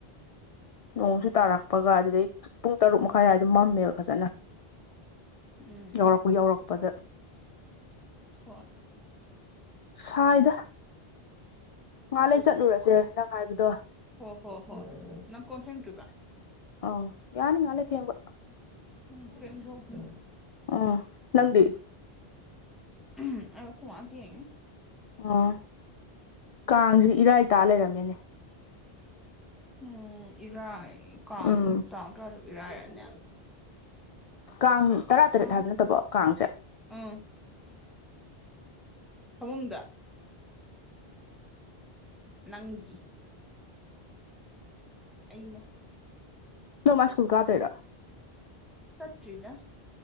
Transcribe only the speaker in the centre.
ꯎꯝ
ꯍꯣꯏ
ꯍꯣ ꯍꯣ ꯍꯣꯏ ꯅꯪ ꯀꯣꯟ ꯐꯦꯡꯗ꯭ꯔꯤꯕ
ꯎꯝ ꯐꯦꯡꯗꯣꯛ <unintelligible>
ꯎꯝ ꯑꯩꯈꯣꯏ ꯃꯥꯅ ꯐꯦꯡꯏ
ꯎꯝ ꯏꯔꯥꯏ ꯀꯥꯡ
ꯇꯥꯔ ꯇꯔꯨꯛ ꯏꯔꯥꯏꯔꯅꯦ
ꯑꯥ
ꯎꯝ ꯐꯃꯨꯡꯗ ꯅꯪꯒꯤ ꯑꯩꯅ
ꯆꯠꯇ꯭ꯔꯤꯗ